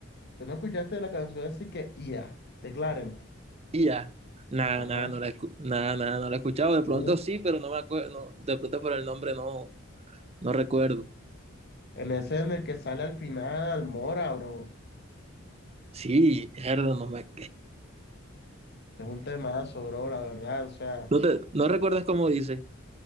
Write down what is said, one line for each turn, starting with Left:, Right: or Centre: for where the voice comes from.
Left: ¿Tú no escuchaste la canción así que IA, de Clarence?
Right: Y ya, nada,
Left: Ajá.
Right: nada, no la, escu- nada, nada, no la he escuchado. De pronto
Left: Uf,
Right: sí, pero no me acuerdo, no, de pronto por el nombre no, no recuerdo.
Left: en ese en el que sale al final Mora, bro.
Right: Sí, Erdo, no me,
Left: Es un temazo, bro, la verdad. O sea,
Right: ¿No, te, no recuerdas cómo dice?